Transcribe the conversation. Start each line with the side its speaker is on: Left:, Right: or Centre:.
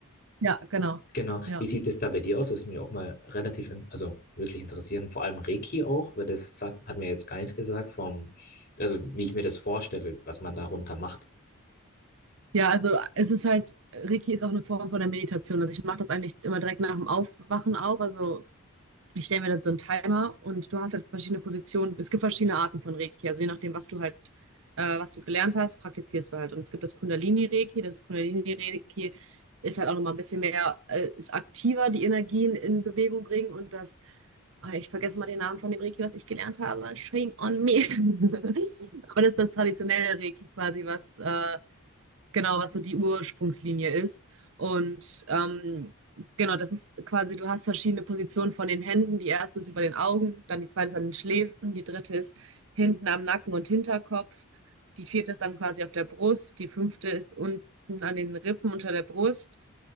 Right: ja, genau.
Left: Genau.
Right: Ja.
Left: Wie sieht es da bei dir aus? Das ist mir auch mal relativ, in, also wirklich interessieren, vor allem Reiki auch, weil das sagt, hat mir jetzt gar nichts gesagt vom, also wie ich mir das vorstelle, was man darunter macht.
Right: Ja, also es ist halt, Reiki ist auch eine Form von der Meditation. Also ich mache das eigentlich immer direkt nach dem Aufwachen auch. Also Ich stelle mir dann so einen Timer und du hast halt verschiedene Positionen. Es gibt verschiedene Arten von Reiki. Also je nachdem, was du halt, äh, was du gelernt hast, praktizierst du halt. Und es gibt das Kundalini-Reiki. Das Kundalini-Reiki ist halt auch nochmal ein bisschen mehr, äh, ist aktiver, die Energien in Bewegung bringen. Und das, ah, ich vergesse mal den Namen von dem Reiki, was ich gelernt habe. Shame on me. <laughs> Aber das ist das traditionelle Reiki quasi, was äh, Genau, was so die Ursprungslinie ist. Und ähm, genau, das ist quasi, du hast verschiedene Positionen von den Händen. Die erste ist über den Augen, dann die zweite ist an den Schläfen, die dritte ist hinten am Nacken und Hinterkopf, die vierte ist dann quasi auf der Brust, die fünfte ist unten an den Rippen unter der Brust,